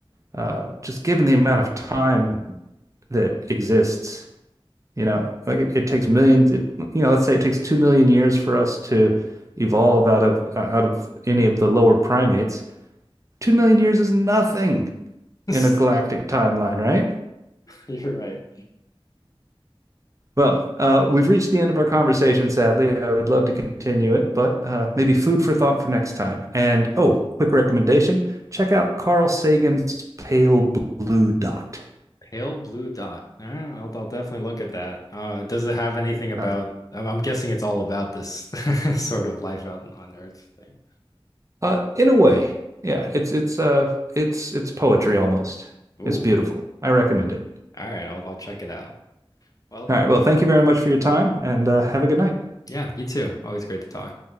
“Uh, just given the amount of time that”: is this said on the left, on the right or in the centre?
Right